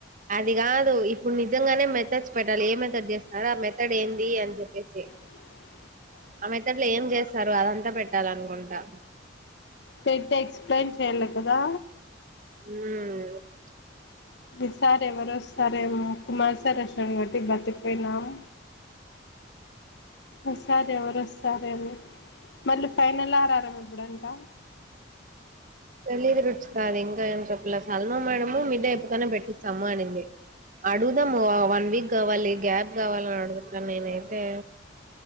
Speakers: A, on the right (about 45°); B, on the left (about 60°).
A: అది కాదు ఇప్పుడు నిజంగానే మెథడ్ పెట్టాలి ఏ మెథడ్ చేస్తారో ఆ మెథడ్ ఏంది అని చెప్పేసి
B: అ
A: ఆ మెథడ్ లో ఏం చేస్తారు అదంతా పెట్టాలనుకుంటా
B: పెట్టి ఎక్స్ప్లెయిన్ చెయాలి కదా
A: ఆమ్
B: ప్రతిసారి ఏమో ఎవరోస్తారేమో కుమార్ సార్ వచ్చిన్నారు కాబట్టి బ్రతిపోయినాము ఈసారి ఎవరు వస్తారేమో మళ్ళీ ఫైనల్ ఆర్ ఆర్ ఏం ఏబుడంట
A: తెలీదు రుచిక అది ఇంకా ఏం చెప్పలే సల్మా మేడము మిడ్ అయిపోతానే పెట్టిస్తాము అనింది అడుగుదాము వన్ వీక్ కావాలి గ్యాప్ కావాలని అడుగుతా నేనైతే